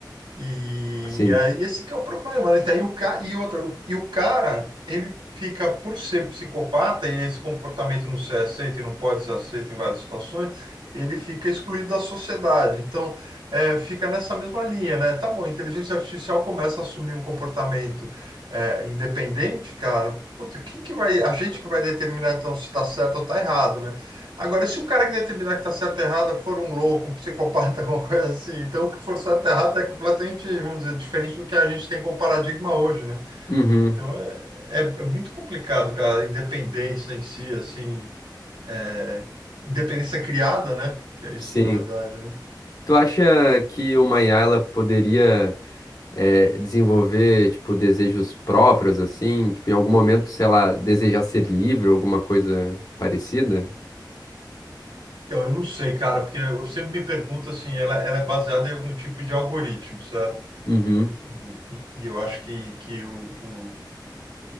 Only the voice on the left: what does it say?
sim.
Uhum,
sim.
Tu acha que uma IA ela poderia é, desenvolver, tipo, desejos próprios, assim? Tipo, em algum momento, sei lá, desejar ser livre ou alguma coisa parecida?
Uhum,